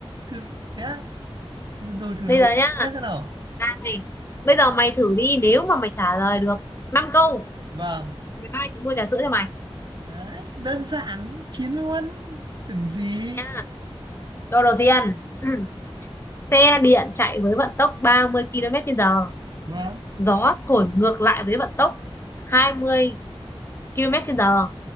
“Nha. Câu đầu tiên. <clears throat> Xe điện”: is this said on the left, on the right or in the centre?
Left